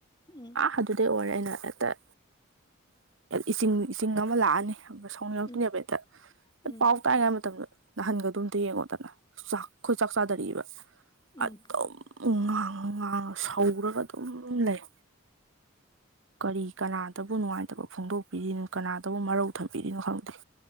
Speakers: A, on the left; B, on the right.
A: ꯎꯝ
B: ꯑꯗꯨꯗꯩ ꯑꯣꯏꯔꯦ ꯑꯩꯅ ꯍꯦꯛꯇ ꯏꯁꯤꯡ ꯏꯁꯤꯡ ꯑꯃ ꯂꯥꯛꯑꯅꯤ ꯌꯥꯝꯅ ꯁꯥꯎꯅꯤꯡꯉꯛꯇꯣꯏꯅꯦꯕ
A: ꯎꯝ
B: ꯍꯛꯇ
A: ꯎꯝ
B: ꯄꯥꯎ ꯇꯥꯛꯏꯉꯩ ꯃꯇꯝꯗ ꯅꯍꯟꯒꯗꯨ ꯑꯝꯇ ꯌꯦꯡꯉꯣꯗꯅ ꯆꯥꯛ ꯑꯩꯈꯣꯏ ꯆꯥꯛ ꯆꯥꯗꯔꯛꯏꯑꯕ
A: ꯎꯝ
B: ꯑꯗꯨꯝ ꯉꯥꯡꯉ ꯉꯥꯡꯉ ꯁꯧꯔꯒ ꯑꯗꯨꯝ ꯂꯩ ꯀꯔꯤ ꯀꯅꯥꯗꯕꯨ ꯅꯨꯡꯉꯥꯏꯇꯕ ꯐꯣꯡꯗꯣꯛꯄꯤꯔꯤꯅꯣ ꯀꯅꯥꯗꯕꯨ ꯃꯔꯧ ꯊꯝꯕꯤꯔꯤꯅꯣ ꯈꯪꯗꯦ